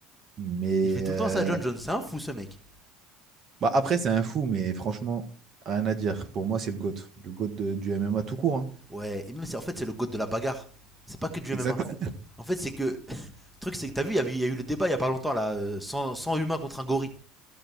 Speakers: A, on the right; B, in the centre.
A: Mais
B: Il fait tout
A: euh,
B: le temps ça, John Jones. C'est un fou, ce mec.
A: bah après, c'est un fou, mais franchement, rien à dire. Pour moi, c'est le GOAT. Le GOAT de- du MMA tout court. hein.
B: Ouais, et même c'est en fait c'est le god de la bagarre. C'est pas que du
A: Exactement.
B: MMA. En fait, c'est que le truc c'est que t'as vu, il y avait- il y a eu le débat il y a pas longtemps là, euh, 100, 100 humains contre un gorille.